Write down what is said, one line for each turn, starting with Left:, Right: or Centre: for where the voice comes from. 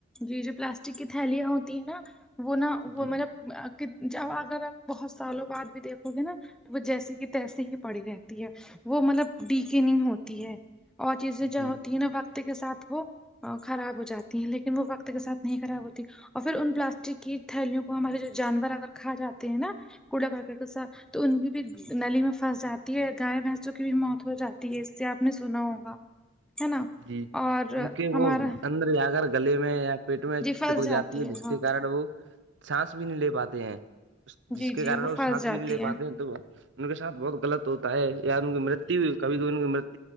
Centre: جی جو پلاسٹک کی تھیلیاں ہوتی ہیں نا وہ نا وہ
Right: جی
Centre: مطلب اب اگر آ بہت سالوں بعد بھی دیکھو گے نا تو وہ جیسیے کہ تیسے ہی پڑی رہتی ہے وہ مطلب ڈی کے نہیں ہوتی ہے اور چیزیں جو
Right: جی
Centre: ہوتی ہیں نا وقت کے ساتھ وہ خراب ہو جاتی ہیں لیکن ن وہ وقت کے ساتھ نہیں خراب ہوتی اور پھر ان پلاسٹک کی تھیلیوں کو ہمارے جو جانور اگر کھا جاتے ہیں نا کوڑا کرکا تو ان کی بھی نلی میں پھنس جاتی ہے گائے بھینسوں کی بھی موت ہو جاتی ہے اس سے آپ نے سنا ہوگا ہے نا
Right: جی
Centre: اور
Right: ان کے وہ
Centre: ہمارا
Right: اندر جا کر گلے میں یا پیٹ میں
Centre: جی پھنس
Right: چپک جاتی ہے جس
Centre: ہاں
Right: کے کن وہ سانس بھی نہیں لے پاتے ہیں جس
Centre: جی
Right: کے
Centre: جی
Right: کارن وہ
Centre: پھنس
Right: سانس
Centre: جاتی
Right: بھی نہیں لے
Centre: ہے
Right: پاتے ہیں تو ان کے سھ بہت غط ہوتا ہے یا ان کی مرتو ہو کبھی کبھی کی م